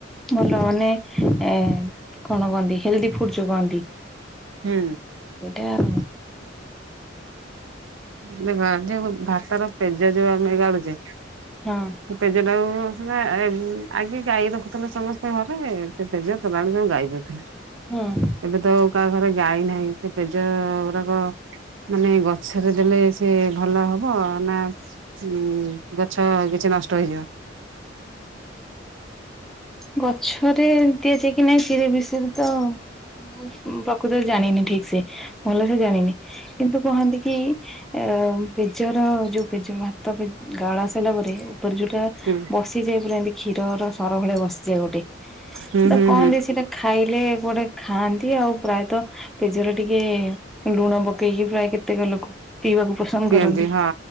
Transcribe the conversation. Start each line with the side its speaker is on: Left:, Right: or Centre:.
Centre: ଭଲ ମାନେ ଏ କଣ କହନ୍ତି ହେଲଦି ଫୁଡ ଯୋଉ କହନ୍ତି।
Right: ହୁଁ
Centre: ସେଇଟା ଆଉ
Right: ଦେଖ ଯୋଉ ଭାତାର ପେଜ ଯୋଉ ଆମେ ଗାଳୁଚେ
Centre: ହଁ
Right: ସେ ପେଜଟାକୁ ସିନା ଆ ଆଗେ ଗାଈ ରଖୁଥିଲେ ସମସ୍ତେ ଘରେ ସେ ପେଜ ତୋରାଣି ସବୁ ଗାଇ ଦୋଉଥିଲେ
Centre: ହୁଁ।
Right: ଏବେ ତ ଆଉ କାହା ଘରେ ଗାଈ ନାହିଁ। ସେ ପେଜ ଗୁଡାକ ମାନେ ଗ ଛରେ ଦେଲେ ସେ ଭଲ ହବ ନା ଉ ଗଛ କିଛି ନଷ୍ଟ ହେଇଯିବ।
Centre: ଗଛରେ ଦିଆଯାଏ କି ନାଇଁ ସେ ବିଷରେ ତ ମୁଁ ପ୍ରକୃତରେ ଜାଣିନି ଠିକ ସେ ଭଲ ସେ ଜାଣିନି। କିନ୍ତୁ କହନ୍ତି କି ଅ ପେଜର ଯୋଉ ପେଜ ଭାତ ପେ ଗାଳ ସାରିଲା ପରେ ଉପରେ ଯୋଉଟା
Right: ହୁଁ
Centre: ବସିଯାଏ ପୁରା ଏମତି କ୍ଷୀରର ସର ଭଳିଆ ବସିଯାଏ ହେଟା
Right: ହୁଁ ହୁଁ
Centre: କଣ
Right: ହୁଁ
Centre: ଯେ ସେଟା ଖାଇଲେ କୁଆଡେ ଖାଆନ୍ତି ଆଉ ପ୍ରାୟତଃ ପେଜର ଟିକେ ଲୁଣ ପକେଇକି ପ୍ରାୟ କେତେକ ଲୋକ ପିଇବାକୁ ପସନ୍ଦ
Right: ପିଅନ୍ତି
Centre: କରନ୍ତି।
Right: ହଁ।